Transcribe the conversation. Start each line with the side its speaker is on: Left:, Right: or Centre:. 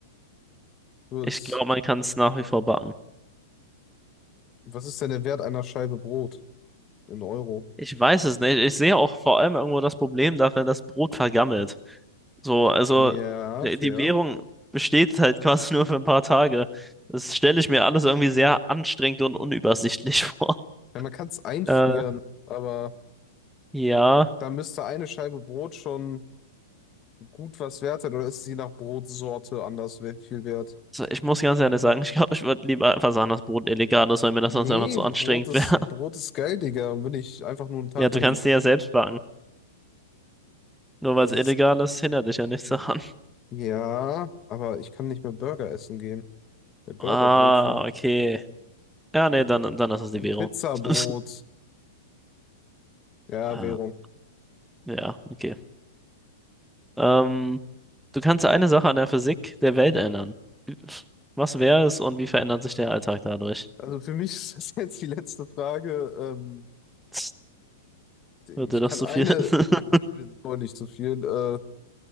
Left: wird's.
Centre: Ich glaube, man kann es nach wie vor backen.
Left: Was ist denn der Wert einer Scheibe Brot in Euro?
Centre: Ich weiß es nicht. Ich sehe auch vor allem irgendwo das Problem darin, dass Brot vergammelt. So, also
Left: Ja,
Centre: die
Left: fair.
Centre: die Währung besteht halt <laughs> quasi nur für ein paar Tage. Das stelle ich mir alles irgendwie sehr anstrengend und unübersichtlich <laughs> vor.
Left: Ja, man kann es einfrieren,
Centre: Äh,
Left: aber
Centre: ja,
Left: da müsste eine Scheibe Brot schon gut was wert sein oder ist sie nach Brotsorte anders we- viel wert?
Centre: so, ich muss ganz ehrlich sagen, ich glaube, ich würde lieber einfach sagen, dass Brot illegal ist, weil mir das
Left: Nee,
Centre: sonst einfach zu
Left: Brot
Centre: anstrengend
Left: ist,
Centre: wäre.
Left: Brot
Centre: <laughs>
Left: ist geil, Digga. Und Wenn ich einfach nur einen Tag
Centre: Ja, du
Left: lang.
Centre: kannst dir ja selbst backen. Nur
Left: Aber
Centre: weil es
Left: es
Centre: illegal
Left: ist
Centre: ist, hindert dich ja nichts daran.
Left: Ja, aber ich kann nicht mehr Burger essen gehen. Ja, Burgerbrötchen
Centre: Ah, okay. Ja,
Left: und,
Centre: nee, dann, dann ist es die
Left: und
Centre: Währung.
Left: Pizzabrot.
Centre: <laughs>
Left: Ja,
Centre: Ah,
Left: Währung.
Centre: Ja, okay. Ähm, du kannst eine Sache an der Physik der Welt ändern. Was wäre es und wie verändert sich der Alltag dadurch?
Left: Also für mich <laughs> ist das jetzt die letzte Frage. Ähm,
Centre: <laughs> Wird
Left: ich
Centre: dir
Left: kann
Centre: das zu
Left: eine,
Centre: viel? <laughs>
Left: <laughs> wollte nicht zu viel, äh,